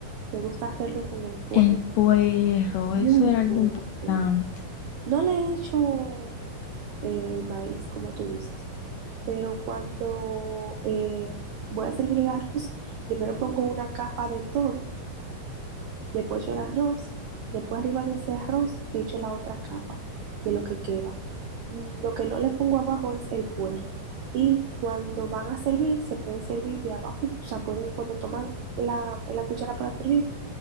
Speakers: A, on the right; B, on the left.
A: Me gusta hacerlo con el puerro.
B: El puerro,
A: Muy
B: eso era algo
A: bueno
B: importante.
A: queda. No le he hecho eh, el maíz, como tú dices. Pero cuando eh, voy a servir el arroz, primero pongo una capa de todo, después echo el arroz, después arriba de ese arroz echo la otra capa de lo que queda. Mm, Lo que no le pongo abajo es el puerro. Y cuando van a servir, se pueden servir de abajo, o sea, pueden, cuando toman la, la cuchara para servir,